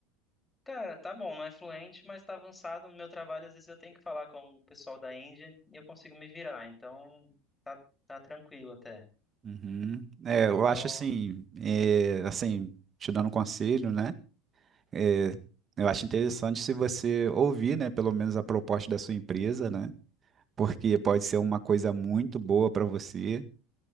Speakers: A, on the left; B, on the right.
A: Cara, tá bom, não é fluente, mas tá avançado no meu trabalho. Às vezes eu tenho que falar com o pessoal da Índia e eu consigo me virar. Então, tá, tá tranquilo até.
B: Uhum. É,
A: Então,
B: eu acho assim, é, assim, te dando um conselho, né? É, eu acho interessante se você ouvir, né, pelo menos a proposta da sua empresa, né? Porque pode ser uma coisa muito boa para você.